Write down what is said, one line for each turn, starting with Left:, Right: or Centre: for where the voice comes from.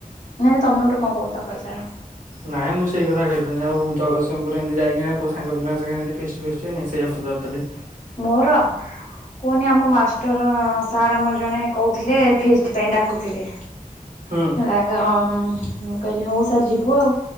Left: ନାଇଁ ନାଇଁ ତମେ ଗୋଟେ କଣ କହୁଥିଲ କହିସାର?
Right: ନାଇଁ ମୁଁ ସେଇ କଥା କହିଥାନ୍ତି ଆଉ ଜଗତସିଂପୁର ଏମିତି ଯାଇକିନା କୋଉ ସାଙ୍ଗ ପିଲାଙ୍କ ସାଙ୍ଗେ ଏ ଫିଷ୍ଟ ଫିଷ୍ଟ ସେଇୟା ପଚା ଥିଲି।
Left: ମୋରା କୁହନି ଆମ ମାଷ୍ଟର ଅ ସାର୍ ଆମର ଜଣେ କହୁଥିଲେ ଫିଷ୍ଟ ପାଇଁ ଡାକୁଥିଲେ।
Right: ହୁଁ
Left: ହେଲା ହାମ କହିଲି ହଉ ସାର୍ ଯିବୁ ଆଉ